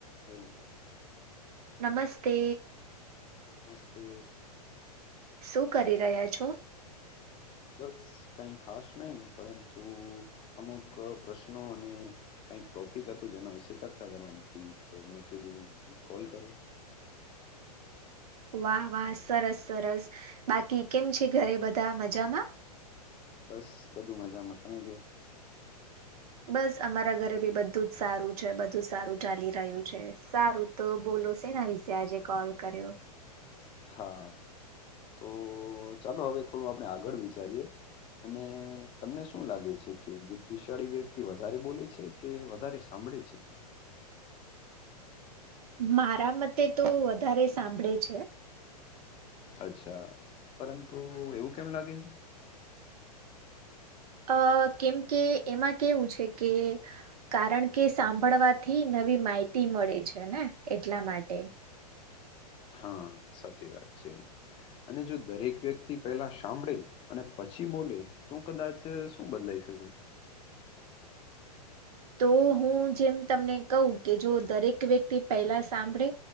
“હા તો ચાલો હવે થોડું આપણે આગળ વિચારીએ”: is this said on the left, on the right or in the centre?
Left